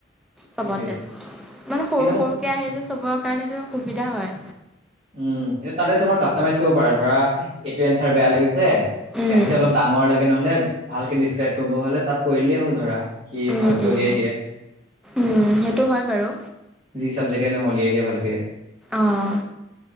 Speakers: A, in the centre; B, on the right.
A: চবতে
B: সেইটোয়ে
A: ইমান সৰু
B: কিন্তু মোক
A: সৰুকে আহি যে চবৰ কাৰণে এইটো সুবিধা হয়।
B: উম তাতে তোমাৰ কাষ্টমাইজ কৰিব পাৰা ধৰা এইটো এনচাৰ বেয়া লাগিছে।
A: উম
B: ইয়াতছে অলপ ডাঙৰ লাগে নহলে। ভালকে ডিচক্ৰাইব কৰিব হ'লে তাত কৰিলেই হ'ল ধৰা। সি
A: উম
B: ভালকে
A: উম
B: উলিয়াই দিয়ে
A: উম সেইটো হয় বাৰু
B: যি চাবজেক্টে নহয় উলিয়াই দিয়ে ভালকে কে
A: আহ